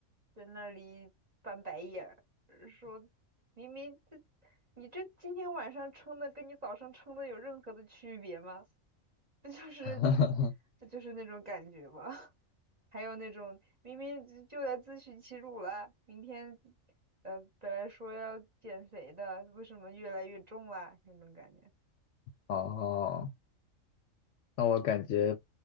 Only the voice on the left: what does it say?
哈哈，
哦，那我感觉